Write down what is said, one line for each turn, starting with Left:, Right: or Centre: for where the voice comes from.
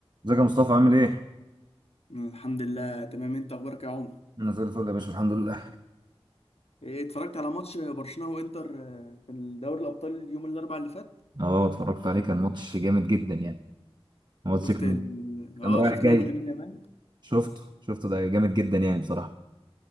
Right: ازيك يا مصطفى عامل ايه؟
Left: الحمد لله تمام انت اخبارك يا عمر
Right: انا زي الفل يا باشا الحمد لله
Left: ايه، اتفرجت على ماتش برشلونة وانتر آه، في دوري الابطال اليوم الاربعاء اللي فات
Right: اه اتفرجت عليه كان ماتش جامد جدا يعني الماتش
Left: شفت
Right: كان
Left: ال...
Right: كان
Left: اه
Right: رايح
Left: شفت
Right: جاي
Left: الواد لامين يامال
Right: شفته شفته ده جامد جدا يعني بصراحة